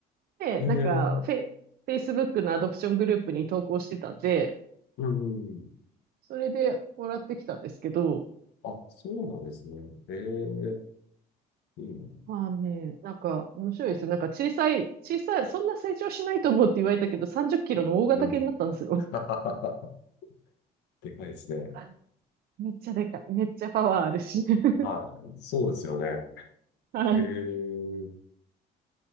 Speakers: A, on the right; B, on the left.
A: で、
B: え、
A: なんかフェイ、
B: ええ、
A: f a c e b o のアドプショングループに投稿してたんで、
B: うんうん。
A: それでもらってきたんですけど、
B: あ、そうなんですね。ええ、いいな。
A: まあね、なんか面白いですよ。なんか小さい、小さい、そんな成長しないと思うって言われたけど、30キロの大型犬になったんですよ。
B: うん。<laughs> でかいですね。
A: <laughs> めっちゃでかい。めっちゃパワーあるし。<laughs>
B: はい。そうですよね。
A: はい。
B: ええ、